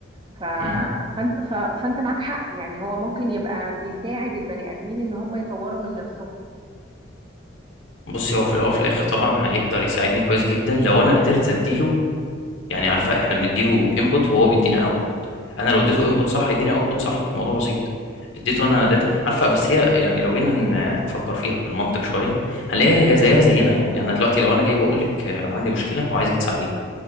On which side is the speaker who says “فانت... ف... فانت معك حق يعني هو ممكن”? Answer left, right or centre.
Right